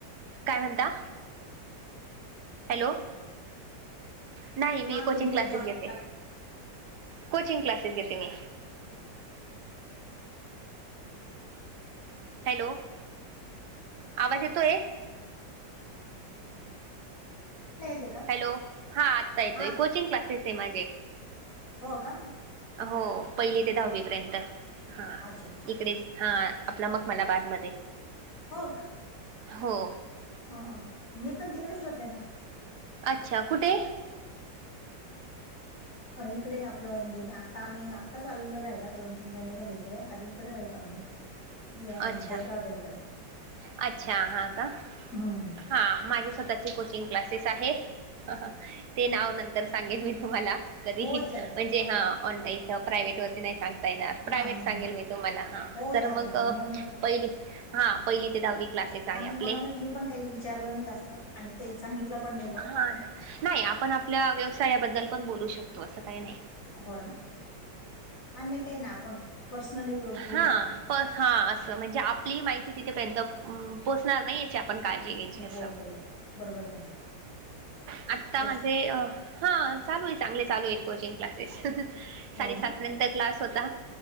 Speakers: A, on the right; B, on the left.
A: काय म्हणता हॅलो नाही मी
B: हा
A: कोचिंग
B: तुम्ही
A: क्लासेस
B: जॉब
A: घेत
B: करता
A: कोचिंग क्लासेस घेते मी हॅलो आवाज येतोय
B: का? येते का
A: हॅलो! हा आत्ता येतोय
B: हा
A: कोचिंग क्लासेस आय माझे.
B: हो का?
A: हो पहिली ते
B: अच्छा
A: दहावी
B: अच्छा
A: पर्यंत हा
B: अच्छा अच्छा
A: इकडे हा आपलं मखमनाबाद मध्ये
B: हो का?
A: हो!
B: हा, मी पण तिकडेच राहते ना.
A: अच्छा! कुठे?
B: इकडे आपलं म्हणजे मी आता आम्ही आताच आललो राहिला दोन, तीन महिने झाले इकडे आधी इकडे राहायचो आम्ही. अ
A: अच्छा
B: जत्रा हॉटेलकडे.
A: अच्छा! हा का
B: हं.
A: हा, माझे स्वतःचे कोचिंग क्लासेस आहे. ह ह ते नाव नंतर सांगेन मी तुम्हाला कधीही
B: हो चालेल.
A: म्हणजे हा ऑनलाईन प्रायव्हेट वरती नाही सांग प्रायव्हेट
B: हां, हां,
A: सांगेल
B: हां.
A: मी तुम्हाला ह
B: हो चालेल,
A: मग
B: चालेल. म्हणून
A: पहिली हा पहिली पहिली ते दहावी क्लासेस आहे
B: आणि
A: आपले
B: म्हणूनच मी पण काही विचारलं नाही जास्त आणि ते सांगितलं पण नाही ब
A: हा नाही आपण आपल्या व्यवसायाबद्दल पण बोलू शकतो असं काही नाही.
B: हो ना आणि नाही काही ना आपण पर्सनली बोलू
A: हा
B: शकतो ना.
A: प हा असं म्हणजे आपली हि माहिती तिथेपर्यंत पोचणार नाही. काळजी घ्यायची
B: हो,
A: अस
B: हो. बरोबर आहे ना.
A: आता
B: तेच.
A: माझे
B: ते.
A: अ हा चालू आहे चांगले चालू आहे कोचिंग क्लासेस
B: हो
A: साडेसात
B: ना?
A: पर्यंत क्लास होता.